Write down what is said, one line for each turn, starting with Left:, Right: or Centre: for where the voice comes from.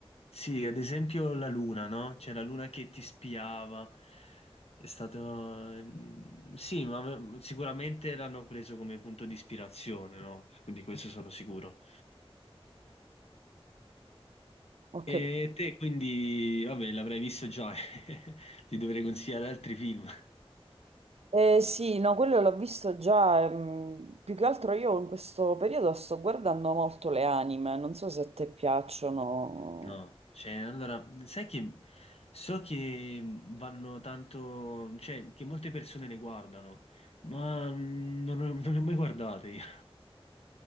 Left: Sì, ad esempio la luna, no? Cioè la luna che ti spiava. È stato... ehm, Sì, ma ave- sicuramente l'hanno preso come punto di ispirazione, no? Quindi questo sono sicuro.
Right: Ho capito.
Left: E te quindi, vabbè, l'avrai visto già, <laughs> ti dovrei consigliare altri film.
Right: Eh, sì, no, quello l'ho visto già. ehm, più che altro io in questo periodo sto guardando molto le anime, non so se a te piacciono.
Left: No, cioè, allora, sai che so che vanno tanto, cioè, che molte persone le guardano, ma mm, non, non le ho mai guardate io.